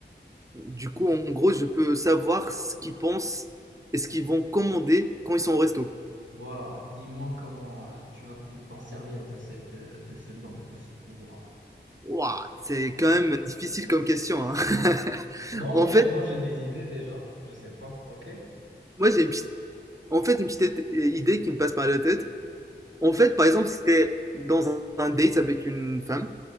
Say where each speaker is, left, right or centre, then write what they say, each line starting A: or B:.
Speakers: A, on the right (about 15°); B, on the right (about 85°).
A: Du coup, en gros, je peux savoir ce qu'ils pensent et ce qu'ils vont commander quand ils sont au resto.
B: Voilà. Dis-moi comment euh, tu vas t'en t'en servir de cette, euh, de ce don, de ce pouvoir.
A: Ouah, c'est quand même difficile comme question, hein. <laughs>
B: Non,
A: En
B: moi
A: fait,
B: j'ai, moi j'ai des idées déjà. Je sais pas. Ok.
A: moi j'ai une petite, en fait, une petite é- idée qui me passe par la tête. En fait, par exemple, si t'es dans un un date avec une femme,